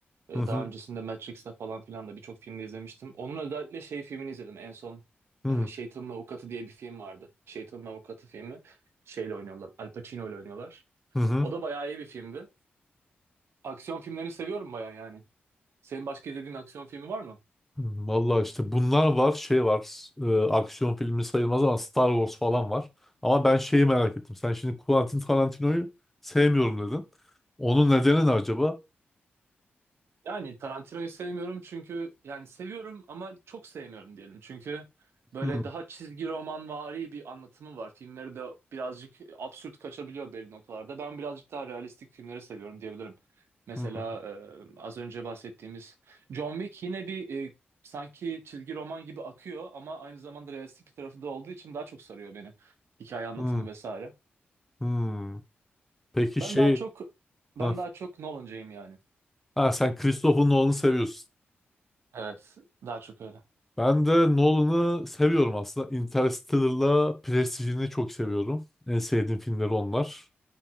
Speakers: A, on the right (about 85°); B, in the centre.
A: E,
B: hı hı
A: daha öncesinde Matrix'te falan filan da birçok filmde izlemiştim. Onun özellikle şey filmini izledim en son.
B: hı
A: E, Şeytanın Avukatı diye bir film vardı. Şeytanın Avukatı filmi. Şeyle oynuyorlar. Al Pacino ile oynuyorlar.
B: hı hı.
A: O da bayağı iyi bir filmdi. Aksiyon filmlerini seviyorum bayağı yani. Senin başka izlediğin aksiyon filmi var mı?
B: Hmm, Vallahi işte bunlar var, şey var. e, aksiyon filmi sayılmaz ama Star Wars falan var. Ama ben şeyi merak ettim. Sen şimdi Quentin Tarantino'yu sevmiyorum dedin. Onun nedeni ne acaba?
A: Yani Tarantino'yu sevmiyorum çünkü yani seviyorum ama çok sevmiyorum diyelim. Çünkü böyle
B: Hmm,
A: daha çizgi romanvari bir anlatımı var. Filmleri de birazcık absürt kaçabiliyor belli noktalarda. Ben birazcık daha realistik filmleri seviyorum diyebilirim. Mesela
B: hmm,
A: e, az önce bahsettiğimiz John Wick yine bir e, sanki çizgi roman gibi akıyor ama aynı zamanda realistik bir tarafı da olduğu için daha çok sarıyor beni. Hikaye anlatımı
B: hmm,
A: vesaire.
B: hmm. Peki
A: Ben
B: şey...
A: daha çok ben
B: Ha,
A: daha çok Nolan'cıyım yani.
B: ha, sen Christopher Nolan'ı seviyorsun.
A: Evet, daha çok öyle.
B: Ben de Nolan'ı seviyorum aslında. Interstellar'la Prestige'ini çok seviyorum. En sevdiğim filmleri onlar.